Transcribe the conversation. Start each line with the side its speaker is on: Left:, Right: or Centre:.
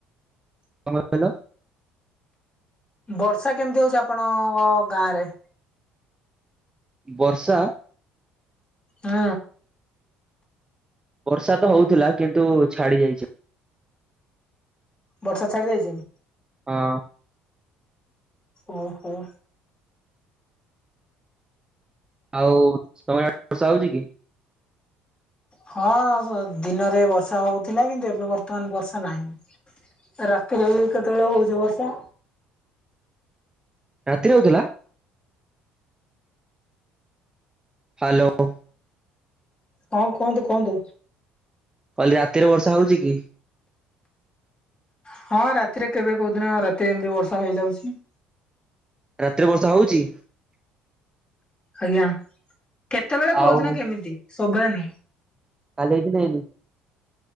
Right: <unintelligible>
Left: ବର୍ଷା କେମିତି ହଉଛି ଆପଣଙ୍କ ଗାଁ ରେ?
Right: ବର୍ଷା
Left: ହୁଁ।
Right: ବର୍ଷା ତ ହଉଥିଲା କିନ୍ତୁ ଛାଡ଼ି ଯାଇଚି।
Left: ବର୍ଷା ଛାଡ଼ିଯାଇଚି?
Right: ହଁ।
Left: ଓହୋ।
Right: ଆଉ ତମ ବର୍ଷା ହଉଛି କି?
Left: ହଁ ସ ଦିନରେ ବର୍ଷା ହଉଥିଲା କିନ୍ତୁ ଏବେ ବର୍ତ୍ତମାନ ବର୍ଷା ନାହିଁ। ରାତିରେ ବି କେତେବେଳେ ହୋଉଛି ବର୍ଷା।
Right: ରାତିରେ ହଉଥିଲା? ହ୍ୟାଲୋ।
Left: ହଁ କୁହନ୍ତୁ କୁହନ୍ତୁ।
Right: କହିଲି ରାତିରେ ବର୍ଷା ହୋଉଛି କି?
Left: ହଁ ରାତିରେ କେବେ କୋଉ ଦିନ ଆ ରାତି ଏମିତି ବର୍ଷା ହେଇଯାଉଛି।
Right: ରାତିରେ ବର୍ଷା ହୋଉଛି?
Left: ଆଜ୍ଞା କେତେବେଳେ କୋଉ
Right: ଆଉ
Left: ଦିନ କେମିତି ସବୁବେଳେ ନୁହ।
Right: କାଲି ହେଇଥିଲେ ହେଇନି?